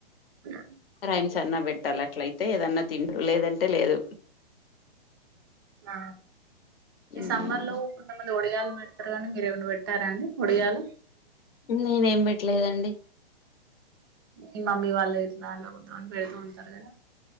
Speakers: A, on the right; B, on the left.
A: ఆ
B: రైమ్స్ అన్నా పెట్టాలి అట్లయితే ఏదన్నా తింట లేదంటే లేదు
A: అ
B: హ్మ్.
A: ఈ సమ్మర్ లో కొంతమంది ఒడియలు పెడతారు కానీ మీరురేమని పెట్టారండి ఒడియ లు
B: నేనేం పెట్టలేదండి
A: ఈ మమ్మీ వాళ్ళు ఇట్లా అళద్దామని పెడుతూ ఉంటారు కదా